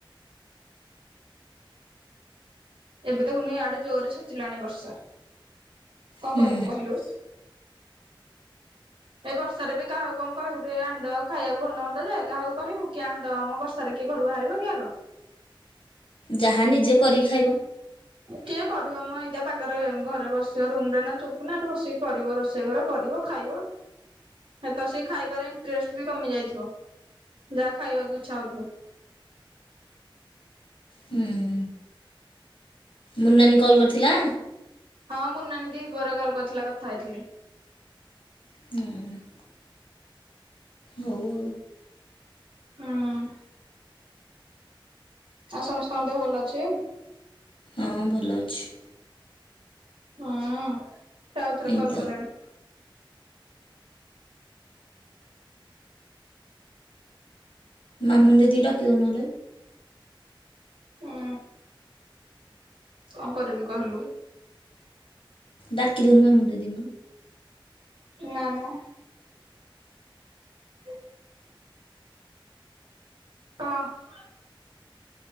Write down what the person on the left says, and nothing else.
ହୁଁ
ଯାହା ନିଜେ କରିକି ଖାଇବ।
ହୁଁ। ମୁନ୍ ନାନୀ କଲ୍ କରିଥିଲା?
ହୁଁଁ। ହୋଉ।
ଆଉ ହଁ ଭଲ ଅଛି।
ଏଇ
ତ
ମାମୁନ୍ ଦିଦି କି ଡାକି ଦୋଉନୁ ନହେଲେ।
ଡାକି ଦଉନୁ ମାମୁନ୍ ଦିଦି କୁ।